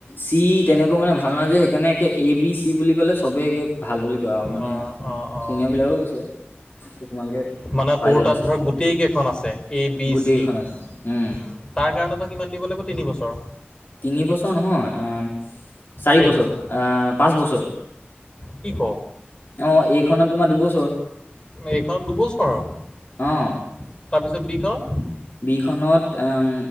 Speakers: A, on the left; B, on the left.
A: চি তেনেকুৱা মানে ভাল নহয় যে সেইকাৰণে একে এ বি চি বুলি ক'লে চবেই একে ভাল বুলি কয় আৰু মানে
B: ন অ', অ'।
A: চিনিয়ৰ বিলাকেও কৈছে যে তোমালোকে
B: মানে
A: পাই
B: তোৰ
A: যাবা
B: তাত
A: চি
B: ধৰ গোটেই কেইখন আছে এ বি
A: গোটেইকেইখন
B: চি। উ
A: আছে উম
B: তাৰ কাৰণ তই কিমান দিব লাগিব তিনি বছৰ?
A: তিনিবছৰ নহয় চাৰিবছৰ
B: কেইবছৰ
A: পাঁচ বছৰ।
B: কি ক
A: অ' এইখনত তোমাৰ দুবছৰ।
B: এইখনত দুবছৰৰ
A: অ
B: তাৰপিছত বিখনত?
A: বিখনত আম